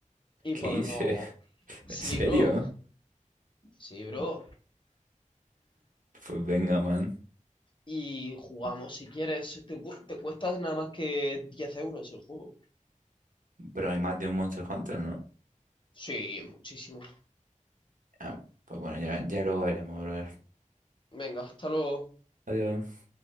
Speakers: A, on the left; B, on the right.
A: y
B: ¿Qué
A: podemos...
B: hice? <laughs> ¿En
A: Sí,
B: serio?
A: bro, sí, bro.
B: Pues venga, man.
A: Y jugamos si quieres. Te, cu- te cuesta nada más que 10 euros el juego.
B: Pero hay más de un Monster Hunter, ¿no?
A: Sí, muchísimo.
B: Ah, pues bueno, ya, ya luego veremos, brother.
A: Venga, hasta luego.
B: Adiós.